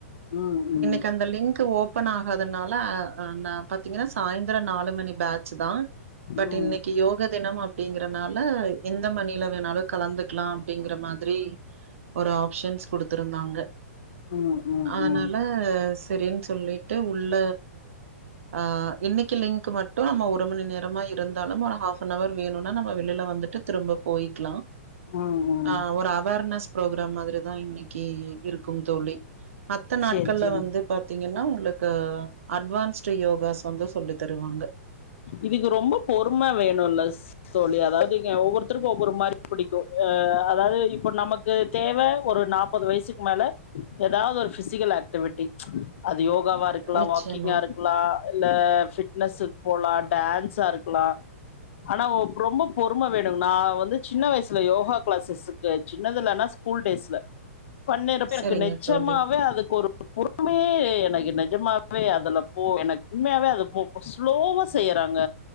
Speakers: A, on the left; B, on the right.
A: ம் ம்
B: கந்த லிங்க்கு ஓபன் ஆ அதுனால அ நா பாத்தீங்கன்னா சாயந்தரம் நாலு மணி பேச்சி தா பட்
A: ம்
B: இன்னைக்கி யோகட் தினம் அப்டிங்குறனால எந்த மணில வேணாலும் கலந்துக்குலா அப்டிங்கிற மாதிரி ஒரு ஆப்ஷன்ஸ் குடுத்துருந்தாங்க
A: ம் ம்
B: ஆனால
A: ம்
B: சரினு சொல்லிட்டு உள்ள அ இன்னைக்கு லிங்க் மட்டும் நம்ம ஒரு மணி நேரமா இருந்தாலும் ஒரு ஹாப் அன் வர் வேணும்னா நம்ம வெளியில வந்துட்டு திரும்ப போயிக்கலாம்
A: ம் ம்
B: ஆ ஒரு அவார்னஸ் ப்ரோக்ராம் மாதிரி தான் இன்னைக்கி இருக்கும் தோழி மத்த நாட்கள்ல
A: சேரி சேரி
B: வந்து ன்னா உங்களுக்கு அட்வான்ஸ் யோகாச வந்து சொல்லு தருவாங்க
A: இதுக்கு ரொம்ப பொறும வேணும்ல ஸ் தோழி அதாவதுங்க ஒவ்வொருத்தருக்கும் ஒவ்வொரு மாதிரி பிடிக்கும் அ அதாது இப்ப நமக்கு தேவ ஒரு நாற்பது வயசுக்கு மேல ஏதாவது ஒரு பிசிக்கல் ஆக்டிவிட்டி அது யோக யோகாவா இருக்கலா
B: நிச்சயமா.
A: வாக்கிங்கா இருக்கலா இல்ல ஃபிட்னஸ் போலாம் டான்ஸா இருக்கலா ஆனா ரொம்ப பொறுமை வேணும் நான் வந்து சின்ன வயசுல யோகா கிளாஸஸ்க்கு சின்னதுலனா ஸ்கூல் டேஸ்ல பண்ணிருப்ப எனக்கு
B: சரிங்க
A: நெச்சமாவே
B: தோழி.
A: அதுக்கு ஒரு பொறுமையே எனக்கு நிஜமாவே அதுல போ எனக்கு உண்மையாவே அது போ ஸ்லோவாக செய்யறாங்க